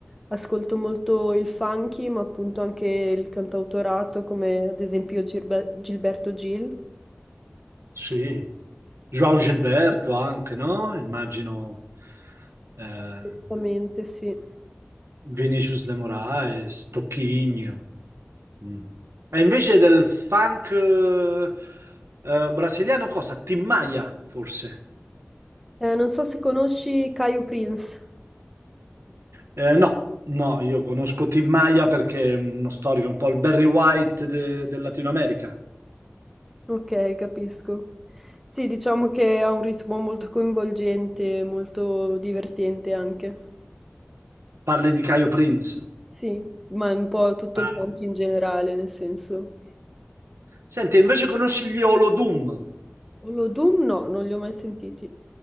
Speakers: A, in the centre; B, on the right (about 75°).
A: Ascolto molto il funky, ma appunto anche il cantautorato, come ad esempio Gilbe- Gilberto Gil.
B: sì. João Gilberto anche, no? Immagino... eh,
A: Assolutamente, sì.
B: Vinicius de Moraes, Tocchigno. Mm. E invece del funk eh, eh, brasiliano cosa? Tim Maia, forse?
A: Eh, non so se conosci Caio Prince.
B: Eh, no, no, io conosco Tim Maia perché è uno storico, un po' il Barry White de- del Latino America.
A: Ok, capisco. Sì, diciamo che ha un ritmo molto coinvolgente, molto divertente anche.
B: Parli di Caio Prince.
A: Sì, ma un po' tutto
B: Ah,
A: il funk in generale, nel senso.
B: Senti, invece conosci gli Olodum?
A: Olodum no, non li ho mai sentiti.